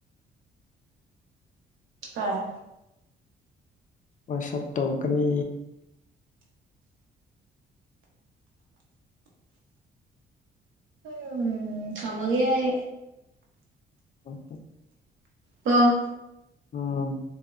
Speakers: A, on the right (about 80°); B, on the left (about 40°).
A: ꯑꯥ꯫
B: ꯍꯣꯏ ꯁꯞ ꯇꯧꯒꯅꯤ꯫
A: ꯎꯝ ꯊꯝꯃꯒꯦ ꯑꯩ꯫
B: ꯎꯝ꯫
A: ꯑꯣ꯫
B: ꯎꯝ꯫